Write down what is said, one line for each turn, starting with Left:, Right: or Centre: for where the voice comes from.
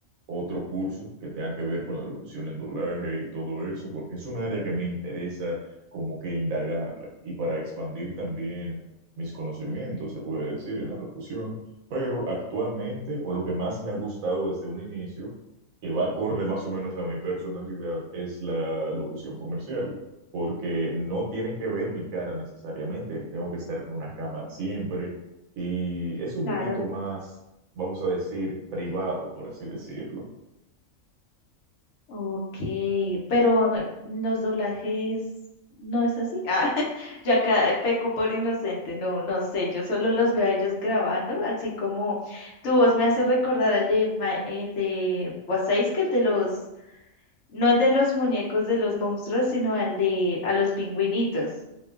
Right: otro curso que tenga que ver con la locución en doblaje y todo eso, porque es un área que me interesa como que indagarla y para expandir también mis conocimientos, se puede decir, en la locución. Pero actualmente, o lo que más me ha gustado desde un inicio, que va acorde más o menos a mi personalidad, es la locución comercial porque no tienen que ver mi cara necesariamente, tengo que estar en una cámara siempre y es un
Left: Claro.
Right: poquito más, vamos a decir, privado, por así decirlo.
Left: Ok, pero los doblajes no es así. <laughs> Ah, yo acá peco por inocente, no, no sé, yo solo los veo a ellos grabando, así como tu voz me hace recordar al de Ma- el de Wasais, que el de los, no el de los muñecos de los monstruos, sino al de a los pingüinitos,